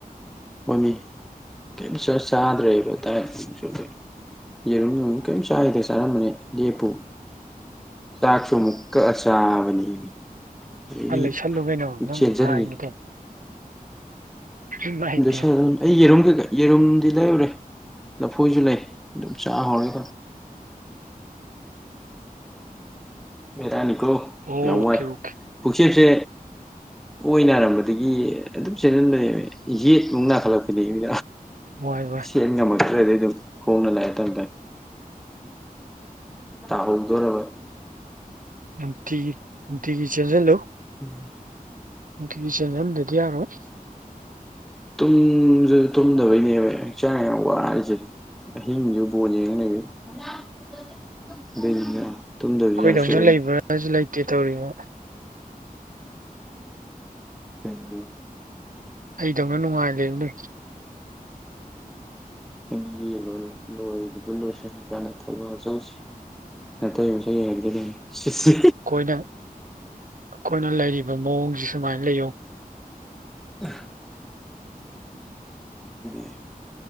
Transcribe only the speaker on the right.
ꯈꯔ ꯂꯩꯁꯜꯂꯨ ꯀꯩꯅꯣ ꯅꯪ
ꯅꯍꯥꯟꯒꯤꯗꯣ ꯏꯃꯥꯏ
ꯄꯦꯝ
ꯑꯣꯀꯦ
ꯑꯣꯀꯦ
ꯋꯥꯏ ꯋꯥꯏ
ꯅꯨꯡꯇꯤꯒꯤ ꯅꯨꯡꯇꯤꯒꯤ ꯆꯦꯟꯁꯤꯜꯂꯨ
ꯅꯨꯡꯇꯤꯒꯤ ꯆꯦꯟꯍꯟꯗꯗꯤ ꯌꯥꯔꯣꯏ
ꯑꯩꯈꯣꯏꯗꯧꯅ
ꯂꯩꯕ꯭ꯔꯥꯁꯨ ꯂꯩꯇꯦ ꯇꯧꯔꯤꯉꯣ
ꯑꯩꯗꯧꯅ ꯅꯨꯡꯉꯥꯏꯅ ꯂꯩꯌꯨꯅꯦ
ꯑꯩꯈꯣꯏꯅ ꯑꯩꯈꯣꯏꯅ ꯂꯩꯔꯤꯕ ꯃꯑꯣꯡꯁꯤ ꯁꯨꯃꯥꯏꯅ ꯂꯩꯌꯣ